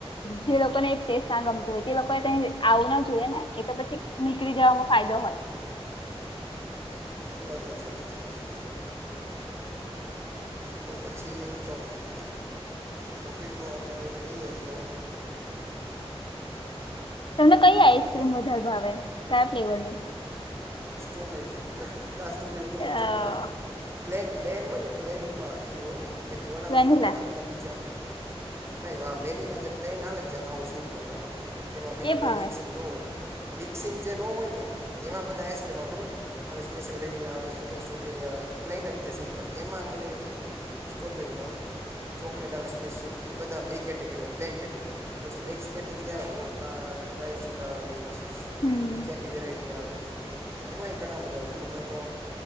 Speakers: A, on the left; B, on the right.
A: જે લોકોને એ પ્લેસ ના ગમતો હોય તે લોકોએ ત્યાં આવું ના જોઈએ ને એ તો પછી. નીકળી જવામાં ફાયદો હોય.
B: એ વાતો છે તે. તો પછી ટોપિક. ટોપિકમાં આપણે કંઈક લઈએ તો.
A: તમને કઈ આઈસક્રીમ
B: તો
A: વધારે ભાવે કયા ફ્લેવર ની.
B: સ્ટોબેરી ના સ્ટોબેરી ન એક. <unintelligible>
A: અ
B: પ્લેન પ્લેન હોય ને પ્લેન માં એ હોય બાકી ઓલામાં
A: વેનીલા
B: તો ઘણા બધા બીજા. નહી આ વેનિલા જે પ્લેન આવે ને આવું સિમ્પલ આવે કે એમાં બીજું
A: એ
B: કંઈ
A: ભાવે
B: મિક્સિંગ ન હોય. મિક્સિંગ જે ન હોય ને એમાં બધા આઇ કેવા ખબર ખાલી સ્પેશિયલ વેનિલા હોય સ્પેશિલ સ્ટ્રોબેરી હોય પ્લેન જ છે સિમ્પલ એમાં મને સ્ટ્રોબેરીમાં આવે ચોકલેટ આવે સ્પેશિયલ એ બધામાં એ કેટેગરીમાં પ્લેન કેટેગરીમાં. પછી મિક્સ કેટેગરી આવે અ ખબર ડ્રાયફ્રૂટ આવે મિક્સ.
A: હમ
B: એ બીજી આખી વેરાયટી આવે. એમાંય ઘણા બધા છે તેમાં તો